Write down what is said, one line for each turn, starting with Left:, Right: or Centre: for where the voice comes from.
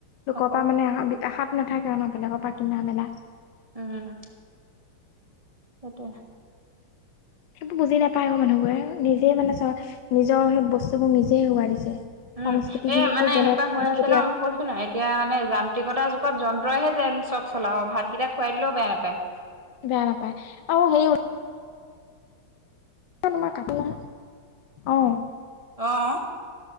Left: লোকৰ
Right: অকমান
Left: পা মানে আশাত নাথাকে ন বেলেগৰ পৰা কিনা মেলা
Right: উম, সেইটোৱে <inaudible>
Left: সেইবোৰ বুজি নাপায় অ মানুহবোৰে নিজে মানে চ নিজৰ সেই বস্তুবোৰ নিজে হেৰুৱাই দিছে।
Right: উম
Left: সংস্কৃতি খিনিকো
Right: এ মানে
Left: বেলেগ
Right: এনেকুৱা
Left: সংস্কৃতি
Right: হৈ আছে ন কৈছো নাই এতিয়া মানে যান্ত্ৰিকতাৰ যুগত যন্ত্ৰ ৰয়হে যেন চব চলা হব ভাতকেইটা খোৱাই দিলেও বেয়া নাপায়।
Left: বেয়া নাপায় আৰু সেই উ তোমাৰ কাটলা, অহ
Right: অহ <inaudible>